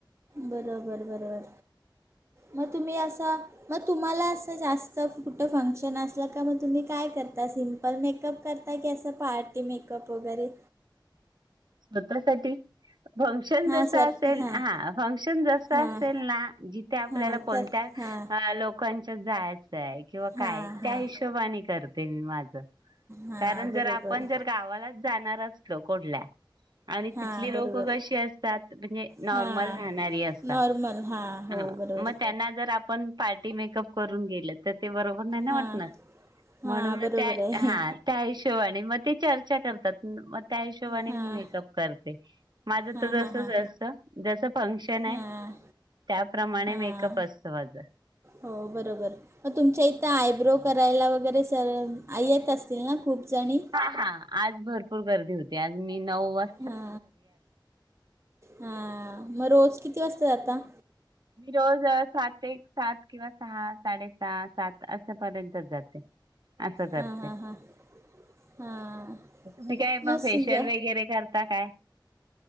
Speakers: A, on the right; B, on the right.
A: बरोबर बरोबर मग तुम्ही असं. मग तुम्हाला असं जास्त कुठं फंक्शन असलं का मग तुम्ही काय करता सिम्पल मेक. मेकअप करता की, असं, पार्टी मेकअप वगैरे.
B: स्वतःसाठी. फंक्शन
A: हां
B: जसं
A: स्वत
B: असेल
A: हां
B: हा फंक्शन जसं
A: हां
B: असेल ना जिथे आपल्याला
A: हां
B: कोणत्या.
A: तर हां
B: अ लोकांच्या त जायचंय किंवा काय
A: हां हां
B: त्या हिशोबाने करते माझं.
A: हां
B: कारण जर
A: बरोबर
B: आपण जर गावालाच जाणार असलो कुठल्या. आणि
A: हां
B: तिथली लोक
A: बरोबर
B: कशी असतात म्हणजे नॉर्मल
A: हां
B: राहणारी असतात
A: नॉर्मल हां हो
B: हं
A: बरोबर
B: म त्यांना जर आपण पार्टी मेकअप करून गेलं तर ते बरोबर मग, त्याना,
A: हां
B: वाटणार, म्हणून
A: हां बरोबर
B: त्या
A: आहे
B: हा. त्या हिशोबाने मग ते चर्चा करतात मग त्या हिशोबाने
A: हां
B: मेकअप करते माझं
A: हां
B: तर
A: हां
B: जस
A: हां
B: जस जस फंक्शन आहे.
A: हां
B: त्याप्रमाणे
A: हां
B: मेकअप असतो माझं.
A: हो बरोबर मग तुमच्या इथं आयब्रो. करायला वगैरे सर आई, येत असतील ना खूप जणी.
B: हा, आज भरपूर गर्दी होती आज मी नऊ वाज
A: हा हा मग रोज किती वाजता जाता.
B: मी रोज सात एक सात किंवा सहा साडेसहा सात असेपर्यंत जाते. असं करते.
A: हां हां हां हां
B: तुम्ही काय मग
A: सु-
B: फेशियल
A: ग
B: वगैरे करता काय.